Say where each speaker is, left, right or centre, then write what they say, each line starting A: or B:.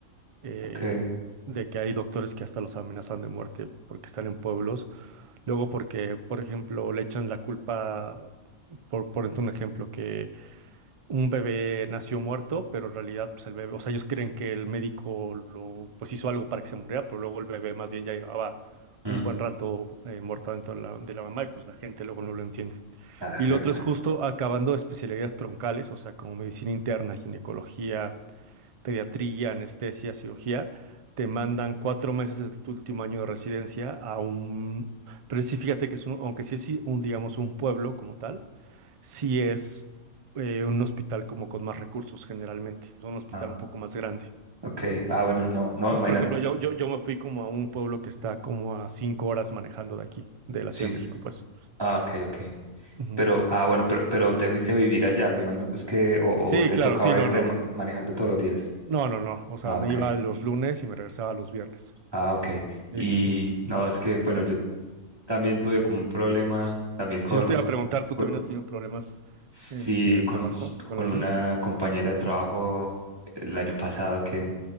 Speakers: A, on the right (about 55°); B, on the right (about 15°).
A: eh,
B: ok.
A: de que hay doctores que hasta los amenazan de muerte porque están en pueblos. Luego porque, por ejemplo, le echan la culpa, por, por ejemplo, un ejemplo, que un bebé nació muerto, pero en realidad, pues el bebé, o sea, ellos creen que el médico lo, pues hizo algo para que se muriera, pero luego el bebé más bien ya llevaba
B: Mm.
A: un buen rato eh, muerto dentro de la, de la mamá y pues la gente luego no lo entiende.
B: Ah,
A: Y
B: jue
A: lo otro
B: madre.
A: es justo acabando especialidades troncales, o sea, como medicina interna, ginecología, pediatría, anestesia, cirugía. Te mandan cuatro meses de tu último año de residencia a un... Pero sí, fíjate que es un, aunque sí es sí, un, digamos, un pueblo como tal, si es eh, un hospital como con más recursos generalmente, es un hospital
B: Ah,
A: un poco más grande.
B: ok. Ah, bueno, no, no,
A: Pues,
B: imagínate.
A: por ejemplo, yo, yo, yo me fui como a un pueblo que está como a cinco horas manejando de aquí, de la
B: Sí.
A: Ciudad de México, pues.
B: Ah, ok, ok.
A: Ujú.
B: Pero, ah, bueno, pero, pero te fuiste a vivir allá, me imagino pues que, o,
A: Sí,
B: o te
A: claro,
B: tocaba
A: sí, no,
B: irte
A: no.
B: ma- manejando todos los días.
A: No, no, no. O sea,
B: Ah,
A: me
B: ok.
A: iba los lunes y me regresaba los viernes.
B: Ah, ok. Y
A: Sí, sí, sí.
B: no, es que, bueno, yo también tuve como un problema también con,
A: Si eso te iba a preguntar, ¿tú
B: con,
A: también has tenido problemas
B: Sí,
A: en, en el
B: con,
A: trabajo con
B: con
A: alguien?
B: una compañera de trabajo el año pasado que